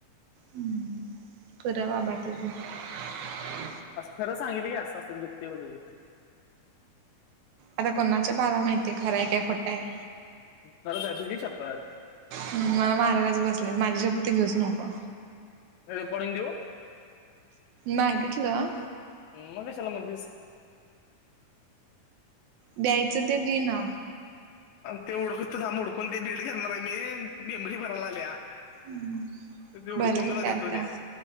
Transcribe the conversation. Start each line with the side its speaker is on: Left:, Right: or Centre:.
Right: हम्म पुरा बाबा तेच <unintelligible>
Left: खरं सांगितल अस असतं. दुखते बदल
Right: आता कोणाच्या बाला माहितीय, खरंय काय खोटं आहे.
Left: खरंच आहे तुझी शपत
Right: ह मला मारायच बसले, माझ्या शपत घेऊच नको.
Left: का कंग देऊ <unintelligible>
Right: मागितलं..
Left: हम् मग कशाला म्हणतेस!
Right: द्यायचं ते दे ना.
Left: ते ओडकत आम उडकून ते रेड करणार आहे मी मेबरी भरायला आल्या <unintelligible>
Right: हम्म <unintelligible>
Left: ते उडकून
Right: बरंल
Left: तुला
Right: का
Left: देतो
Right: आता
Left: त्या